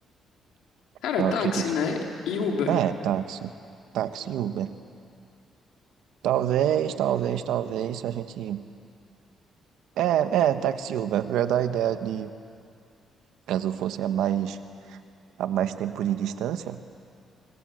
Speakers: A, on the left; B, on the right.
A: Cara,
B: eu
A: táxi,
B: acredito.
A: né? E Uber.
B: É, táxi. Táxi e Uber. Talvez, talvez, talvez, se a gente. É, é, táxi e Uber. Eu ia dar a ideia de, caso fosse a mais, a mais tempo de distância,